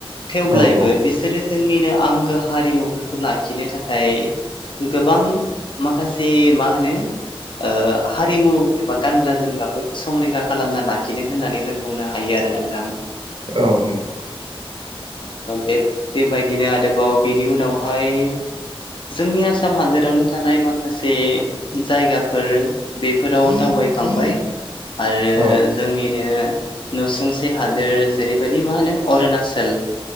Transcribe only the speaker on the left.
थेब्लायबो
बिसोरो जोंनिनो आंगो हारिमुफोरखौ लाखिनो थाखाय गोबां माखासे मा होनो ओ हारिमु एबा गानग्रा जोमग्राफोरखौ संरैखा खालामना लाखिदों होननानै जों बुंनो हायो आरो नोंथां
बे बेबायदिनो आरोबाव बिनि उनावहाय जोंनि आसाम हादोरावनो थानाय माखासे जायगाफोर बेफोराव दावबायखांबाय आरो
जोंनिनो नसुंसे हादोर जेरैबायदि बे मा होनो अरुणाचल